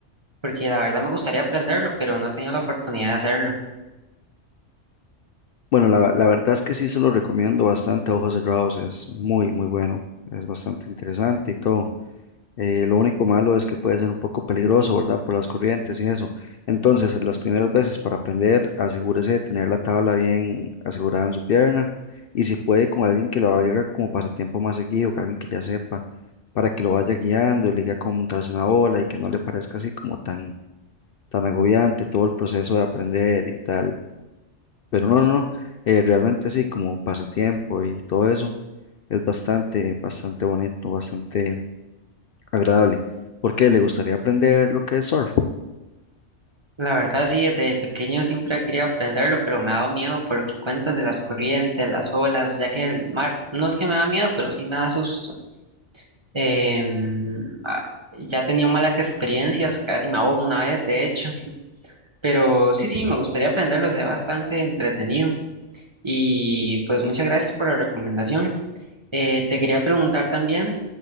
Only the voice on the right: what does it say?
porque la verdad me gustaría aprenderlo, pero no he tenido la oportunidad de hacerlo.
La verdad sí, desde pequeño siempre quería aprenderlo, pero me ha dado miedo por lo que cuentas de las corrientes, las olas, ya que el mar no es que me da miedo, pero sí me da susto. Em, ah, ya he tenido malas experiencias, casi me ahogo una vez, de hecho, pero sí, sí, me gustaría aprenderlo, se ve bastante entretenido. Y pues muchas gracias por la recomendación. Eh, te quería preguntar también